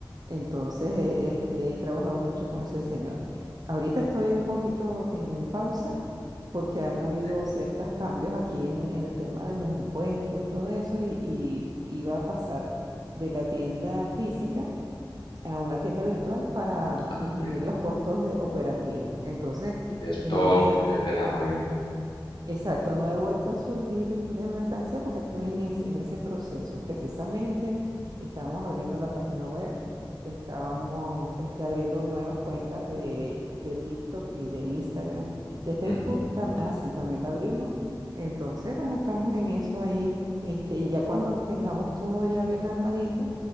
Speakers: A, on the right; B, on the left.
A: Entonces, eh, este, he trabajado mucho con ese Señor. Ahorita estoy un poquito en pausa porque han
B: Vale.
A: habido ciertos cambios aquí en, en el tema de los impuestos y todo eso y, y iba a pasar de la tienda física a una tienda virtual para disminuir
B: Ah, muy bien.
A: los costos de operativos. Entonces,
B: Y de stock,
A: no es,
B: etcétera. Muy bien, muy
A: Exacto, no he vuelto a surtir de mercancía porque estoy en ese, en ese proceso. Precisamente estábamos abriendo la página web, estábamos este, abriendo nuevas cuentas de, de TikTok y de Instagram, de Facebook,
B: bien.
A: tam- ah, sí, también la abrimos. Entonces, bueno, estamos en eso ahí, este, y ya cuando tengamos todo ya bien armadito,